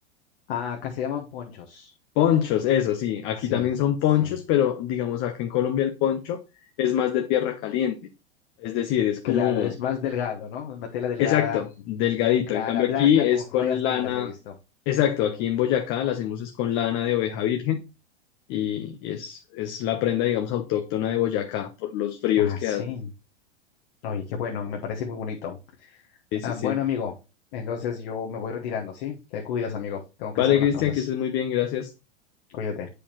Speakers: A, on the left; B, on the left.
A: Ah, acá se llaman ponchos.
B: Ponchos, eso sí, aquí
A: Sí,
B: también son ponchos,
A: sí.
B: pero digamos acá en Colombia el poncho es más de tierra caliente. Es decir, es como
A: Claro, es más delgado, ¿no? Una tela delgada,
B: Exacto, delgadito.
A: clara,
B: En cambio
A: blanca,
B: aquí es
A: con
B: con
A: rayas
B: lana.
A: negras he visto.
B: Exacto, aquí en Boyacá la hacemos es con lana de oveja virgen y y es, es la prenda, digamos, autóctona de Boyacá por los fríos
A: Ah,
B: que
A: sí.
B: hace.
A: Oye, qué bueno, me parece muy bonito.
B: Sí, sí,
A: Ah,
B: sí.
A: bueno, amigo, entonces yo me voy retirando, ¿sí? Te cuidas, amigo. Tengo que
B: Vale,
A: hacer unas
B: Cristian,
A: cosas.
B: que estés muy bien, gracias.
A: Cuídate.